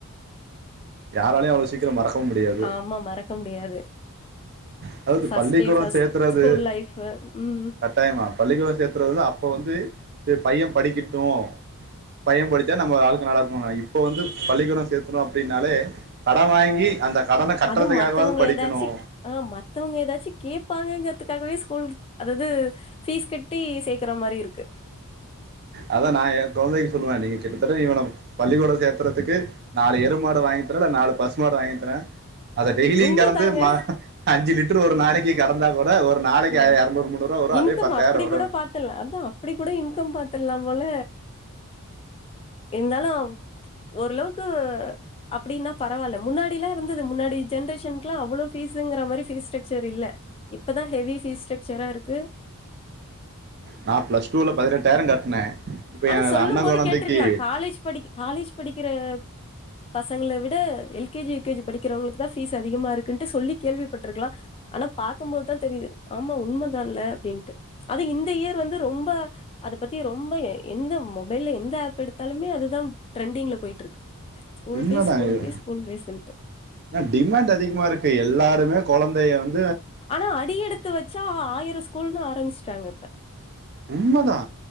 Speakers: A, on the right (about 45°); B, on the left (about 25°).
A: யாராலயும் அவ்ளோ சீக்கிரோ மறக்க மறக்கவு முடியாது
B: ஆமா மறக்க முடியாது
A: அதாவது
B: ஃபஸ்ட்
A: பள்ளிக்கூடம்
B: டே ஃபஸ்ட்
A: சேர்த்துறது
B: ஸ்கூல் லைஃபு ம்
A: கட்டாயமா பள்ளிக்கூடம் சேர்த்துறது அப்ப இப்ப வந்து பைய படிக்கட்டு பைய படிச்சா நம்ம வாழ்க்க நல்லா இருக்குணாங்க இப்ப வந்து பள்ளிக்கூடம் சேர்த்துணு அப்டின் னாலே கட வாங்கி கடனை கட்டுறதுக்காகவாவது
B: அதுவு மத்தவங்க
A: படிக்கணும்
B: எதாச்சி ஆ மத்தவங்க எதாச்சி கேட்பாங்கங்கின்றதுகாகவே ஸ்கூல் அதாது ஃபீஸ் கட் ட்டி சேக்கற மாரி இருக்கு
A: அதா நா எ குழந்தைக்கு சொல்லுவே நீங் கிட்டத்தட் இவன பள்ளிக்கூடோ சேரத்துறதுக்கு நாலு எரும மாடு வாங்கி தருவல நாலு பசுமாடு வாங்கி தரே அத டெய்லியு
B: உண்மதாங்க
A: கரந்து அஞ்சு லிட்டர் ஒரு நாளக்கி கரந்தா கூட ப ஒரு நாளக்கு
B: ம்
A: இரநூறு மூணு ரூவா வரு
B: இன்கம்
A: அதே பத்தாயிரோ
B: அப்டி
A: வரு
B: கூட பாத்துர்லா அதா அப்டி கூட இன்கம் பாத்துலா போல இருந்தாலு ஓரளவுக்கு அப்படின்னா பரவால்ல முன்னாடிலா இருந்துது முன்னாடி ஜென்ரேஷ்ன்க்லா அவ்ளோ ஃபீசுங்ற மாரி ஃபீஸ் ஸ்டரக்சர் இல்ல. இப்பதான், ஹெவி பீஸ்ட்சக்சரா இருக்கு.
A: நான் பிளஸ் டூல பதினெட்டாயிரம் கட்னே. இப்ப
B: ஆனா,
A: எ
B: சொல்லும்
A: அண்ண
B: போது
A: கொழந்தைக்கு
B: கேட்ருக்கலா. காலேஜ் படிக் காலேஜ் படிக்ற. பசங்கள விட, எல்கேஜி, யுகேஜி படிக்கிறவுங்களுக்கு தா பீஸ் அதிகமா இருக்குன்டு சொல்லி கேள்விபட்ருக்லாம். ஆனா, பாத் போது தான் தெரிது. ஆமா உண்ம. <unintelligible> தான் அப்டின். அது இந்த இயர் வந்து, ரொம்ப அத யே பத்தி ரொம்ப. எந்த மொபைல எந்த. எந்த ஆப் எடுத்தாலுமே அதுதா ட்ரெண்டிங்ல போயிட்டு இருக்கு. ஸ்கூல்பீஸ்
A: உண்மதா
B: ஸ்கூல்பீஸ்
A: இது
B: ஸ்கூல் பீஸ் ன்டு.
A: ஏனா டிமாண்ட் அதிகமா இருக்கு எல்லாருமே கொழந்தைய வந்.
B: ஆனா, அடி எடுத்து வச்சா ஆயிர ஸ்கூல்ன்னு ஆரம்பிச்ட்டாங்க.
A: உண்மதா.